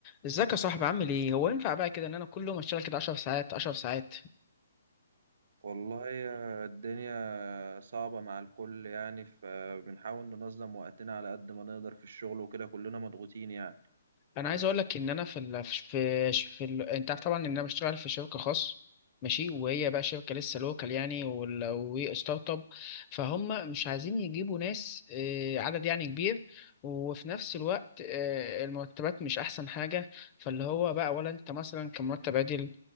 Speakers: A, on the left (about 30°); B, on the right (about 60°).
A: ازيك يا صاحبي عامل ايه هو ينفع بقى كده ان انا كل يوم اشتغل كده 10 ساعات 10 ساعات
B: والله يا الدنيا صعبة مع الكل يعني فبنحاول ننظم وقتنا على قد ما نقدر في الشغل وكده كلنا مضغوطين يعني
A: انا عايز اقول لك ان انا في ال... في في ال... انت عارف طبعا ان انا بشتغل في شركه خاص ماشي وهي بقى شركه لسه لوكال يعني وال... وستارت اب فهم مش عايزين يجيبوا ناس آه، عدد يعني كبير وفي نفس الوقت آه، المرتبات مش احسن حاجه فاللي هو بقى ولا انت مثلا كمرتب عادل